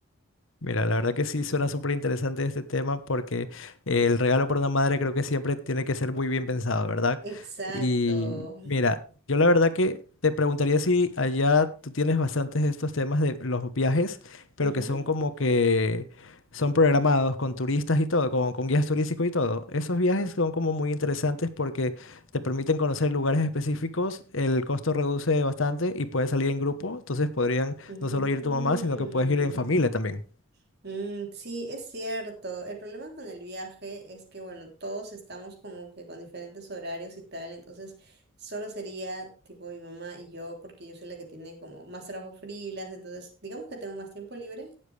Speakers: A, on the left (about 70°); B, on the right (about 50°).
A: Mira, la verdad que sí suena súper interesante este tema porque eh, el regalo para una madre creo que siempre tiene que ser muy bien pensado, ¿verdad?
B: Exacto.
A: Y mira, yo la verdad que te preguntaría si allá tú tienes bastantes de estos temas de los viajes, pero
B: Ujú.
A: que son como que son programados con turistas y todo, con, con guías turísticos y todo. Esos viajes son como muy interesantes porque te permiten conocer lugares específicos, el costo reduce bastante y puedes salir en grupo, entonces podrían
B: Mm.
A: no solo ir tu mamá, sino que puedes ir en familia también.
B: Mm, sí, es cierto. El problema con el viaje es que, bueno, todos estamos como que con diferentes horarios y tal, entonces solo sería tipo mi mamá y yo, porque yo soy la que tiene como más trabajo freelance, entonces digamos que tengo más tiempo libre,